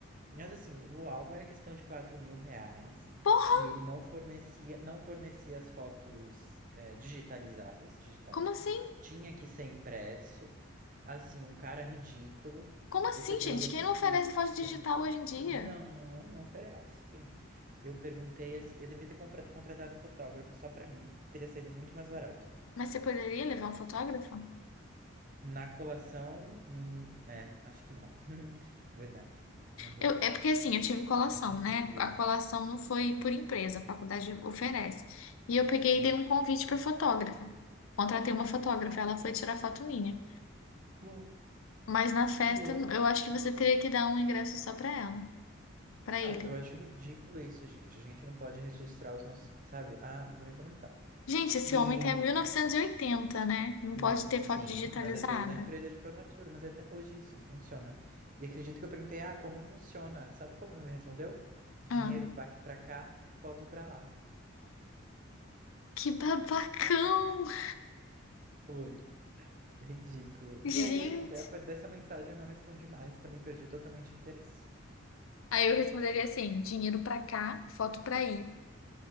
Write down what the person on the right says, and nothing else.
Mas assim, o álbum era questão de quatro mil reais
e ele não fornecia, não fornecia as fotos eh, digitalizadas, digitais.
Tinha que ser impresso. Assim, um cara ridículo.
Eu, per- eu
lembro
que,
sim,
não, não oferece. Eu perguntei assim, eu deveria ter confra- contratado um fotógrafo só pra mim, teria saído muito mais barato.
Na colação, hum, é, acho que não. <laughs> Verdade, não podia.
Acho ridículo
isso.
Hum.
Ah,
bom.
Boa.
Não, eu acho ridículo isso, gente. A gente não pode registrar os nossos, sabe? Ah, não vou nem comentar.
E
hum,
sim,
mas é toda da empresa de formatura, mas é até hoje isso que funciona. E acredito que eu perguntei, ah, como funciona? Sabe como ele me respondeu? Dinheiro
pa- pra cá, foto pra lá.
Foi. Ridículo.
E aí, eu- de- dessa mensagem eu não respondi mais, também perdi totalmente o interesse.